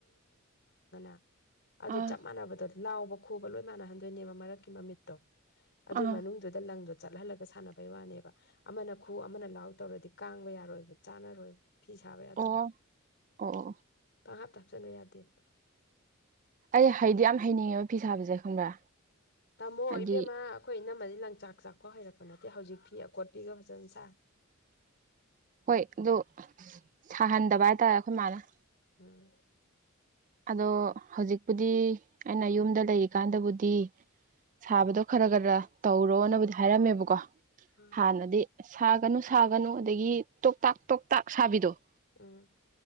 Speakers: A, on the left (about 55°); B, on the right (about 35°).
A: <unintelligible> ꯑꯗꯨ
B: ꯑꯥ
A: ꯆꯞ ꯃꯅꯕꯗ ꯂꯥꯎꯕ ꯈꯨꯕ ꯂꯣꯏ ꯃꯥꯟꯅꯍꯟꯗꯣꯏꯅꯦꯕ ꯃꯔꯛꯀꯤ ꯃꯃꯤꯠꯇꯣ ꯑꯗꯨꯏ
B: ꯑꯥ
A: ꯃꯅꯨꯡꯗꯨꯗ ꯂꯪꯗꯨ ꯆꯠꯍꯜꯂꯒ ꯁꯥꯟꯅꯕꯩ ꯋꯥꯅꯦꯕ ꯑꯃꯅ ꯈꯨ ꯑꯃꯅ ꯂꯥꯎ ꯇꯧꯔꯗꯤ ꯀꯥꯡꯕ ꯌꯥꯔꯣꯏꯕ ꯆꯥꯅꯔꯣꯏꯕ ꯐꯤ ꯁꯥꯕ ꯌꯥꯗꯕ
B: ꯑꯣ ꯑꯣ ꯑꯣ
A: ꯄꯪ ꯍꯥꯥꯞꯇ ꯍꯥꯞꯆꯤꯟꯕ ꯌꯥꯗꯦꯕ
B: ꯑꯩ ꯍꯥꯏꯗꯤ ꯌꯥꯝ ꯍꯩꯅꯤꯡꯉꯦꯕ ꯐꯤ ꯁꯥꯕꯁꯦ ꯈꯪꯕ꯭ꯔꯥ
A: ꯇꯥꯃꯣ
B: ꯍꯥꯏꯗꯤ
A: ꯏꯕꯦꯝꯃ ꯑꯩꯈꯣꯏ ꯏꯅꯝꯝꯕꯗꯤ ꯂꯪꯆꯥꯛ ꯆꯥꯛꯄ ꯍꯩꯔꯛꯄ ꯅꯠꯇꯦ ꯍꯧꯖꯤꯛ ꯄꯤ ꯈꯣꯠꯄꯤꯒ ꯐꯖꯅ ꯁꯥꯥꯏ
B: ꯍꯣꯏ ꯑꯗꯨ ꯁꯥꯍꯟꯗꯕ ꯍꯥꯏꯇꯥꯔꯦ ꯑꯩꯈꯣꯏ ꯃꯥꯅ
A: ꯎꯝ
B: ꯑꯗꯣ ꯍꯧꯖꯤꯛꯄꯨꯗꯤ ꯑꯩꯅ ꯌꯨꯝꯗ ꯂꯩꯔꯤꯀꯥꯟꯗꯕꯨꯗꯤ ꯁꯥꯕꯗꯣ ꯈꯔ ꯈꯔ ꯇꯧꯔꯣꯅꯕꯨꯗꯤ ꯍꯥꯏꯔꯝꯃꯦꯕꯀꯣ
A: ꯎꯝ
B: ꯍꯥꯟꯅꯗꯤ ꯁꯥꯒꯅꯨ ꯁꯥꯒꯅꯨ ꯑꯗꯒꯤ ꯇꯣꯛꯇꯥꯛ ꯇꯣꯛꯇꯥꯛ ꯁꯥꯕꯤꯗꯣ
A: ꯎ